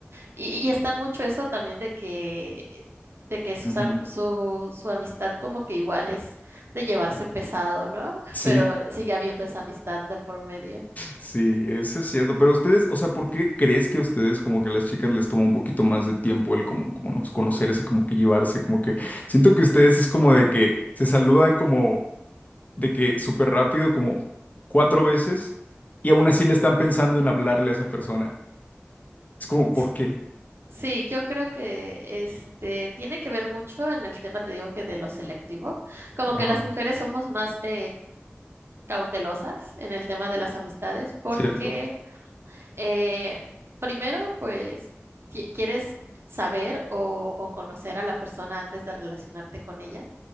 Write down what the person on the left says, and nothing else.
Ujú,
Sí.
Sí, eso es cierto. Pero ustedes, o sea, ¿por qué crees que a ustedes como que a las chicas les toma un poquito más de tiempo el como, como nos conocerse, como que llevarse, como que siento que ustedes es como de que se saludan como de que súper rápido, como cuatro veces, y aún así le están pensando en hablarle a esa persona. Es como,
¿por qué?
Ajá,
cierto,